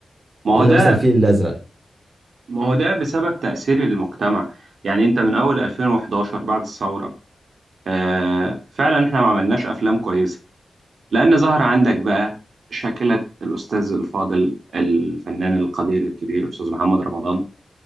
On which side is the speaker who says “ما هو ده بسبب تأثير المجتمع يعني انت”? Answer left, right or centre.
Right